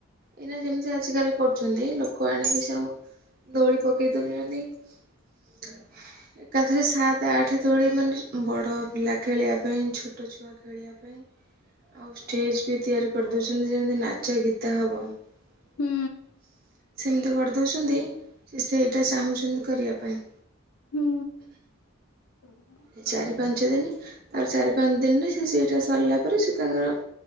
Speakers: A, on the right (about 40°); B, on the left (about 90°).
A: ଏଇ ନା ଯେମିତି ଆଜିକାଲି କ ଛନ୍ତି ଲୋକ ଆଣିକି ସବୁ ଦୋଳି ପକେଇ ଦଉଚନ୍ତି। <inaudible> ଏକାଥରେ ସାତ ଆଠ ଦୋଳି ମାନେ ବଡ ପିଲା ଖେଳିବା ପାଇଁ ଛୋଟ ଛୁଆ ଖେଳିବା ପାଇଁ। <inaudible> ଆଉ ଷ୍ଟେଜ ବି ତିଆରି କରିଦଉଚନ୍ତି ଯେମିତି ନାଚ ଗୀତା ହବ।
B: ହୁଁ
A: <inaudible> ସେମିତି କର ଦଉଚନ୍ତି ସେ ସେଇଟା ଚାହୁଁ ପସନ୍ଦ କରିବା ପାଇଁ।
B: ହୁଁ <unintelligible>
A: ସେ ଚାରି ପାଞ୍ଚ ଦିନ ତାର ଚାରି ପାଞ୍ଚ ଦିନରେ ସେ ସେଇଟା ସାରିଲା ପରେ ସେ ତାଙ୍କର